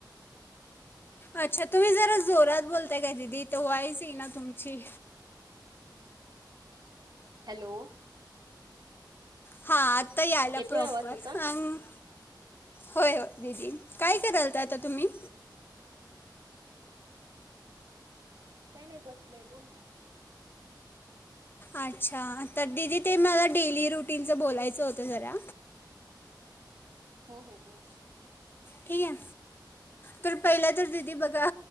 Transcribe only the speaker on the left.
अच्छा तुम्ही जरा जोरात बोलताय का दिदी इथ वाॅईस येईना तुमची.
हा आ यायला
प्रॉपर.
होय, होय दीदी
काय कराल आता तुम्ही
अच्छा तर दिदी ते मला डेली रुटीनचं बोलायचं होतं जरा.
ठीक आहे तर पहिलं तर दिदी बघा